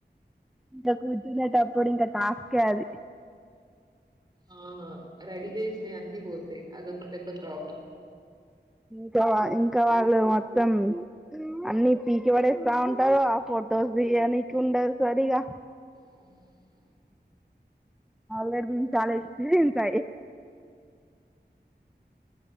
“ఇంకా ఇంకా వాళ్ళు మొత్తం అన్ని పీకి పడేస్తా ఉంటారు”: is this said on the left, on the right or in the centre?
Centre